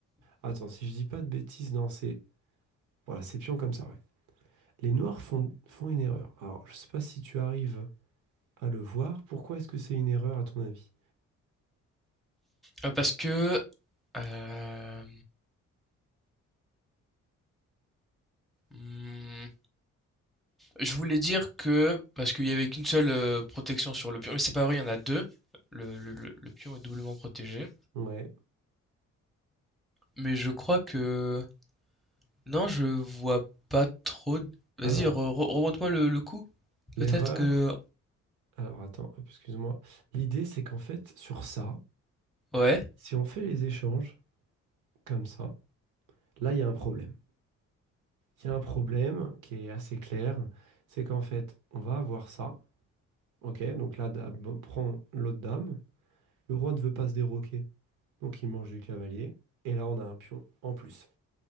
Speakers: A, on the right; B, in the centre.
A: Attends, si je dis pas de bêtises, non, c'est voilà, c'est pion comme ça, ouais. Les noirs font, font une erreur. Alors, je sais pas si tu arrives à le voir. Pourquoi est-ce que c'est une erreur à ton avis?
B: Euh, parce que... euh, hmm, Je voulais dire que, parce qu'il y avait qu'une seule euh, protection sur le pion, mais c'est pas vrai, il y en a deux. Le, le- le- le pion est doublement protégé.
A: Ouais.
B: Mais je crois que... Non, je vois pas trop... d-
A: Alors,
B: Vas-y, re- re- remonte-moi le, le coup.
A: l'erreur.
B: Peut-être que...
A: Alors, attends, hop, excuse-moi. L'idée, c'est qu'en fait, sur ça,
B: Ouais.
A: si on fait les échanges comme ça, là, il y a un problème. Il y a un problème qui est assez clair. C'est qu'en fait, on va avoir ça. Ok, donc la dame prend l'autre dame. Le roi ne veut pas se déroquer, donc il mange du cavalier. Et là, on a un pion en plus.